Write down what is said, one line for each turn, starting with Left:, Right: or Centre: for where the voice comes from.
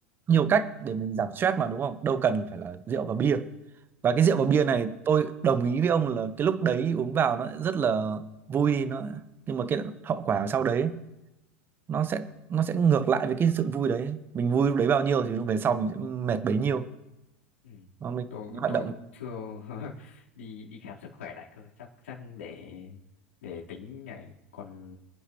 Right: nhiều cách để mình giảm stress mà đúng không đâu cần phải là rượu và bia và cái rượu và bia này tôi đồng ý với ông là cái lúc đấy uống vào nó rất là vui nó nhưng mà cái hậu quả sau đấy nó sẽ nó sẽ ngược lại với cái sự vui đấy mình vui lúc đấy bao nhiêu thì lúc về sau mình sẽ mệt bấy nhiêu
Left: ừ
Right: nó mình
Left: tôi
Right: hoạt
Left: tôi
Right: động
Left: cũng chưa <laughs> đi đi khám sức khỏe lại cơ chắc chắc để để tính này còn